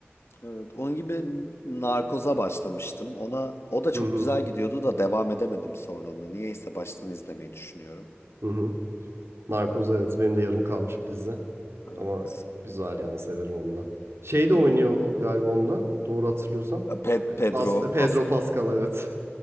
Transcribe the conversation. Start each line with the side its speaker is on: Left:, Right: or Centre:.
Left: Evet, onun gibi Narkoz'a başlamıştım. Ona o da çok
Right: Hı hı.
Left: güzel gidiyordu da devam edemedim sonra onu. Niyeyse baştan izlemeyi düşünüyorum.
Right: Hı hı. Narkoz evet benim de yarım kalmış bir dizi.
Left: Evet.
Right: Ama güzel yani severim onu da. Şey de
Left: Ee,
Right: oynuyor galiba onda. Doğru hatırlıyorsam.
Left: Ped- Pedro
Right: Last,
Left: Pascal.
Right: Pedro Pascal evet.